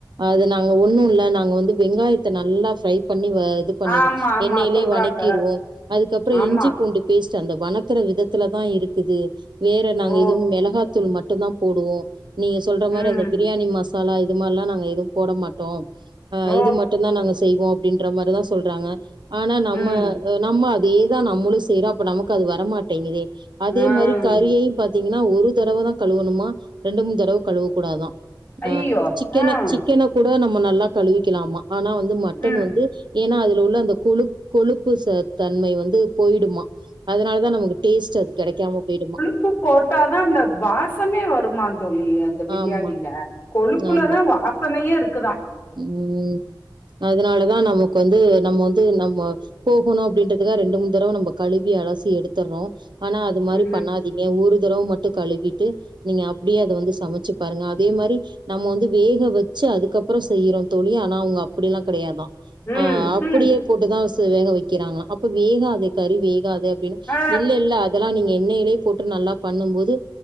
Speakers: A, on the right; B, on the left.
A: அது நாங்க ஒண்ணு இல்ல நாங்க வந்து வெங்காயத்த நல்லா ஃப்ரை பண்ணி வ இது பண்ணிடோ
B: ஆமா ஆமா
A: எண்ணெயிலே
B: சொல்றாங்க
A: வனக்கிடுவோ அதுக்கப்புறோ
B: ஆமா
A: இஞ்சி பூண்டு பேஸ்ட்டு அந்த வனக்குற விதத்துல தா இருக்குது வேற நாங்க
B: ஓ
A: இதுவு மெளகாத்தூள் மட்டுந்தா போடுவோ நீங்க சொல்ற மாரி
B: ம்
A: அந்த பிரியாணி மசாலா இது மாரி எல்லா நாங்க எதுவு போட மாட்டோ ஆ
B: ஓ
A: இது மட்டுந்தா நாங்க செய்வோ அப்டீன்ற மாரிதா சொல்றாங்க ஆனா நம்ம
B: ம்
A: நம்ம அதேதா நம்மளு செய்றோ அப்ப நமக்கு அது வரமாட்டேங்குதே அதே
B: ம்
A: மாரி கறியையு பாத் தீங்கன்னா ஒரு தடவதா கழுவணுமா ரெண்டு மூணு தடவ கழுவ கூடாதா
B: ஐயயோ
A: அ சிக்கன
B: ம்
A: சிக்கன கூட நம்ம நல்லா கழுவிக்கலாமா ஆனா வந்து மட்டன்
B: ம்
A: வந்து ஏன்னா அதுல உள்ள அந்த கொழு கொழுப்பு ச தன்மை வந்து போயிடுமா அதனால தா நமக்கு டேஸ்ட் அது கெடைக்காம போய்டுமா
B: உப்பு போட்டாதா அந்த வாசமே வருமா தோழி அந்த பிரியாணில
A: ஆமா
B: கொழுப்புலதா
A: ஆமா
B: வாசனையே இருக்குதான்
A: ம் அதனாலதா நமக்கு வந்து நம்ம வந்து நம்ம போகுணும் அப்டின்றதுக்க ரெண்டு மூணு தடவை நம்ப கழுவி அலசி எடுத்துடுறோம் ஆனா அது மாரி
B: ம்
A: பண்ணாதீ ங்க ஒரு தடவ மட்டும் கழுவிட்டு நீங்க அப்டியே அத வந்து சமைச்சு பாருங்க அதே மாரி நம்ம வந்து வேக வச்சு அதுக்கப் புறம் செய்றோம் தோழி ஆனா அவங்க அப்டியெல்லாம் கெடயாதா
B: ம்
A: அ அப்டியே
B: ம்
A: போட்டுதான் வேக வைக்கிறாங்களா அப்ப வேகாதே கறி வேகாது அப்டின்னு
B: ஆ
A: இல்ல இல்ல இதெல்லாம் நீங்க எண்ணயிலேயே போட்டு நல்லா பண்ணும் போது